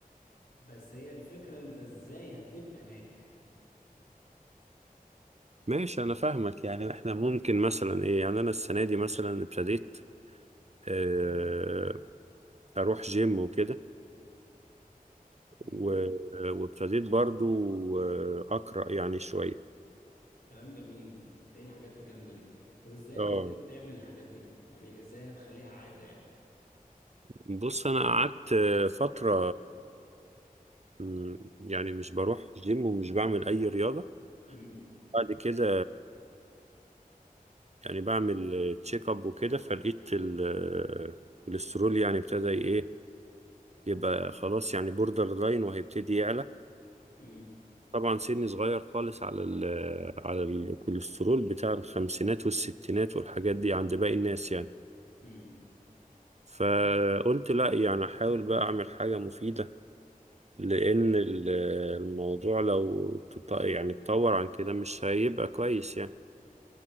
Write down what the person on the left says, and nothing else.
بس هي الفكرة انت ازاي هتبقى ناجح
امم
كلام جميل ده ايه الحاجات الجامدة دي طب ازاي
ابتديت تعمل الحاجات دي يعني ازاي هتخليها عادة يعني
امم
امم
امم